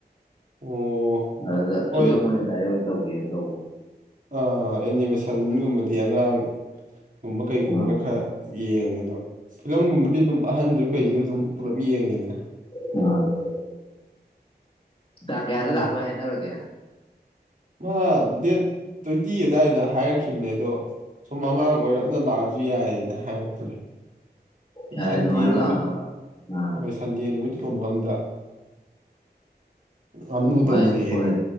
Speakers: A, on the right (about 50°); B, on the left (about 30°).
A: ꯑꯣ
B: ꯑꯗꯨꯗ
A: ꯍꯣꯏ
B: ꯐꯤꯂꯝ ꯑꯣꯏꯅ ꯗꯥꯏꯔꯦꯛ ꯑꯣꯏꯅ ꯇꯧꯒꯦꯅ ꯇꯧꯕ
A: ꯑꯥ ꯑꯦꯅꯤꯃꯦꯁꯟꯒꯨꯝꯕꯗꯤ ꯑꯉꯥꯡꯒꯨꯝꯕ ꯀꯩꯒꯨꯝꯕꯅ
B: ꯑꯥ
A: ꯈꯔ ꯌꯦꯡꯉꯦ ꯑꯗꯣ ꯐꯤꯂꯝꯒꯨꯝꯕꯗꯤ ꯑꯗꯨꯝ ꯑꯍꯟꯁꯨ ꯀꯩꯁꯨ ꯑꯗꯨꯝ ꯄꯨꯂꯞ ꯌꯦꯡꯉꯤꯗꯅ
B: ꯍꯣꯢ ꯇꯥꯡ ꯀꯌꯥꯗ
A: ꯑꯗꯨꯅ
B: ꯂꯥꯛꯄꯩ ꯍꯥꯏꯅꯔꯒꯦ
A: ꯃꯥ ꯗꯦꯠ ꯇ꯭ꯋꯦꯟꯇꯤ ꯑꯗꯨꯋꯥꯏꯗ ꯍꯥꯏꯔꯛꯈꯤꯕꯅꯦ ꯑꯗꯣ ꯁꯨꯝ ꯃꯃꯥꯡ ꯑꯣꯏꯔꯞꯅ ꯂꯥꯛꯑꯁꯨ ꯌꯥꯏꯌꯦꯅ ꯍꯥꯏꯔꯛꯄꯅꯦ
B: ꯌꯥꯏ
A: ꯁꯟꯗꯦ
B: ꯑꯗꯨꯃꯥꯏꯅ
A: ꯅꯨꯃꯤꯠ
B: ꯂꯥꯛꯑꯒ ꯑꯥ
A: ꯍꯣꯏ ꯁꯟꯗꯦ ꯅꯨꯃꯤꯠꯀꯨꯝꯕ ꯑꯝꯗ ꯉꯥꯅꯨ
B: ꯃꯥꯏ
A: ꯇꯧꯁꯦꯅ
B: ꯍꯣꯏ